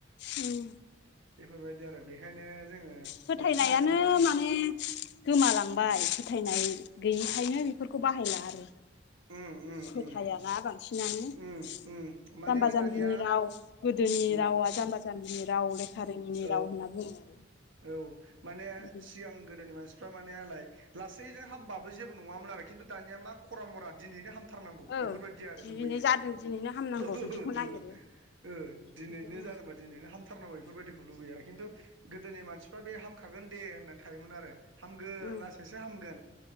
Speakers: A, on the left; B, on the right.
A: उम
B: बेफोरबायदि आरो बेखायनो जोङो
A: फोथायनायानो
B: बांसिन हायोबा
A: माने गोमालां बाय फोथायनाय गैयिखायनो बेफोरखौ बाहायला आरो
B: उम उम
A: फोथायाना
B: उम
A: <unintelligible> जाम्बा
B: उम उम माने
A: जाम्बिनि
B: दानिया
A: राव गोदोनि
B: उम
A: रावा जाम्बा जाम्ब जाम्बिनि राव लेखा रोङिनि
B: औ
A: राव होनना बुङो
B: औ माने
A: बिदि
B: सिगां गोदोनि मानसि फ्रा मानेलाय लासैजों हामबाबो जेबो नङामोन आरो खिन्थ दानिया मा खरा मरा दिनैनो हामथारनांगौ
A: ओ
B: बेफोरबायदि आरो लुबैयो
A: दिनै जादों दिनैनो हामनांगौ
B: <unintelligible>
A: बिदिखौ नागिरो
B: ओ दिनैनो
A: बिदियावनो
B: जादोंबा दिनैनो हामथारनांगौ बेफोरबायदिखौ लुुबैयो आरो <unintelligible> गोदोनि मानसिफ्रा बे हामखागोन दे होननानै थायोमोन आरो हामगोन
A: उम
B: लासैसो हामगोन